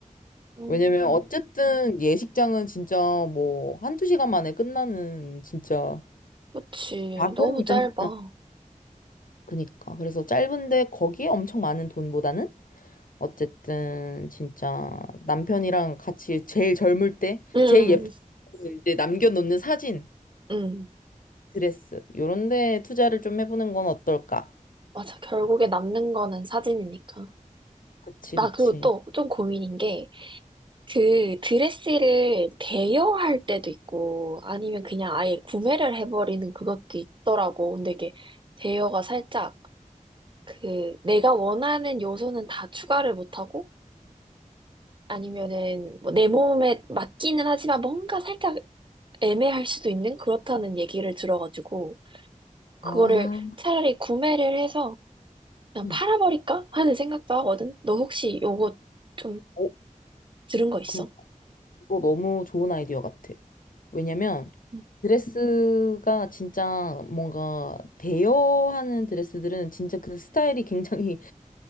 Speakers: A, on the right; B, on the left.
A: 음.
B: 왜냐면 어쨌든 예식장은 진짜 뭐 한두 시간 만에 끝나는 진짜
A: 그치.
B: 작은
A: 너무
B: 이벤트
A: 짧아.
B: 그니까. 그래서 짧은데 거기에 엄청 많은 돈보다는 어쨌든 진짜 남편이랑 같이 제일 젊을 때,
A: 응,
B: 제일 예쁘게 이제 남겨놓는 사진,
A: 응.
B: 드레스, 요런 데 투자를 좀 해보는 건 어떨까?
A: 맞아. 결국에 남는 거는 사진이니까.
B: 그치,
A: 나
B: 그치.
A: 그리고 또 좀 고민인 게, 그 드레스를 대여할 때도 있고, 아니면 그냥 아예 구매를 해버리는 그것도 있더라고. 근데 이게 대여가 살짝, 그, 내가 원하는 요소는 다 추가를 못하고, 아니면은 뭐 내 몸에 맞기는 하지만 뭔가 살짝 애매할 수도 있는 그렇다는 얘기를 들어가지고, 그거를
B: 아,
A: 차라리 구매를 해서 그냥
B: 음.
A: 팔아버릴까 하는 생각도 하거든. 너 혹시 요거 좀
B: 어,
A: 들은 거 있어?
B: 그, 그거 너무 좋은 아이디어 같아. 왜냐면
A: 응.
B: 드레스가 진짜 뭔가 대여하는 드레스들은 진짜 그 스타일이 굉장히